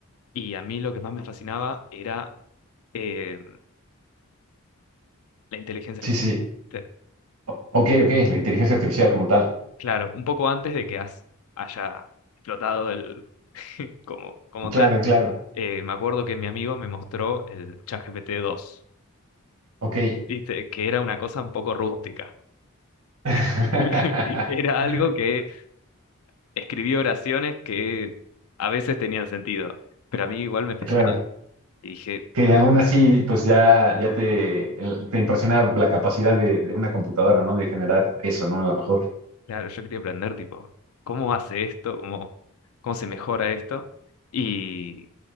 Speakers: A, on the left (about 75°); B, on the right (about 80°).
A: Y a mí lo que más me fascinaba era eh, la inteligencia
B: sí,
A: artificial.
B: sí.
A: ¿Viste?
B: O- Ok, ok, la inteligencia artificial como tal.
A: Claro, un poco antes de que has- haya explotado el, <laughs> como, como tal.
B: Claro, claro,
A: eh, me acuerdo que mi amigo me mostró el ChatGPT 2,
B: ok.
A: ¿viste? Que era una cosa un poco rústica.
B: <laughs>
A: <laughs> Era algo que escribía oraciones que a veces tenían sentido, pero a mí igual me fascinaba.
B: Claro,
A: Y dije,
B: que aún así, pues ya, ya te, el- te impresiona la capacidad de, de una computadora, ¿no? De generar eso, ¿no? A lo mejor.
A: claro, yo quería aprender, tipo, ¿cómo hace esto? ¿Cómo, cómo se mejora esto? Y,